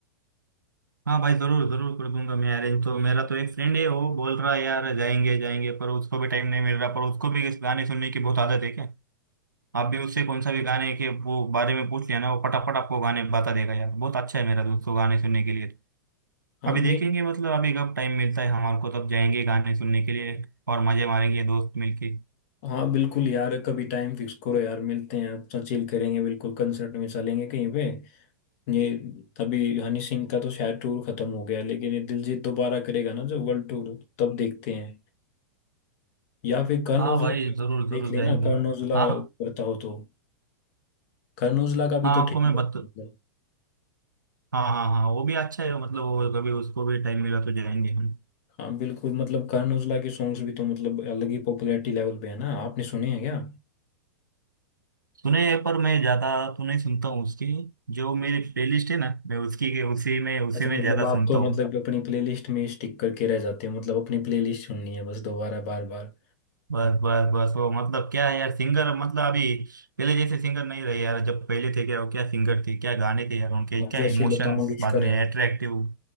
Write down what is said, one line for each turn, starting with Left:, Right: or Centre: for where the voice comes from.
Right: हाँ भाई जरूर जरूर कर दूंगा मैं अरेंज तो मेरा तो एक फ्रेंड है वो बोल रहा है यार जाएंगे जाएंगे पर उसको भी टाइम नहीं मिल रहा पर उसको भी इस गाने सुनने की बहुत आदत है क्या आप भी उससे कौन सा भी गाने के वो बारे में पूछ लिया ना वो फटाफट आपको गाने बता देगा यार बहुत अच्छा है मेरा दोस्त को गाने सुनने के लिए
Left: हाँ
Right: अभी
Left: मिल
Right: देखेंगे मतलब अभी कब टाइम मिलता है हमारे को तब जाएंगे गाने सुनने के लिए और मजे मारेंगे दोस्त मिलके
Left: हाँ बिल्कुल यार कभी टाइम फिक्स करो यार मिलते हैं अपना चिल करेंगे बिल्कुल कंसर्ट में चलेंगे कहीं पे ये अभी हनी सिंह का तो शायद टूर खत्म हो गया लेकिन ये दिलजीत दोबारा करेगा ना जो वर्ल्ड टूर तब देखते हैं या फिर करण
Right: हाँ
Left: औजला
Right: भाई
Left: का
Right: जरूर जरूर
Left: देख लेना
Right: जाएंगे
Left: करण औजला
Right: हाँ
Left: करता हो तो करण औजला का भी
Right: हाँ
Left: तो
Right: आपको
Left: ठीक
Right: मैं
Left: है
Right: बत
Left: मतलब
Right: हाँ हाँ हाँ वो भी अच्छा है मतलब वो कभी उसको भी टाइम मिला तो जाएंगे हम
Left: हाँ बिल्कुल मतलब करण औजला के सॉन्ग्स भी तो मतलब अलग ही पॉपुलैरिटी लेवल पे है ना आपने सुने हैं क्या
Right: सुने हैं, पर मैं ज्यादा तो नहीं सुनता हूँ उसकी जो मेरी प्लेलिस्ट है ना मैं उसकी के उसी में उसी
Left: अच्छा
Right: में
Left: मतलब
Right: ज्यादा
Left: आप
Right: सुनता
Left: तो
Right: हूँ
Left: मतलब अपनी प्लेलिस्ट में स्टिक करके रह जाते हो मतलब अपनी प्लेलिस्ट सुननी है बस दोबारा बार बार
Right: बस बस बस वो मतलब क्या है यार सिंगर मतलब अभी पहले जैसे सिंगर नहीं रहे यार जब पहले थे क्या वो क्या सिंगर थे क्या गाने थे यार उनके
Left: मतलब
Right: क्या
Left: जैसे
Right: इमोशंस
Left: लता मंगेशकर
Right: बाद में
Left: है
Right: अट्रैक्टिव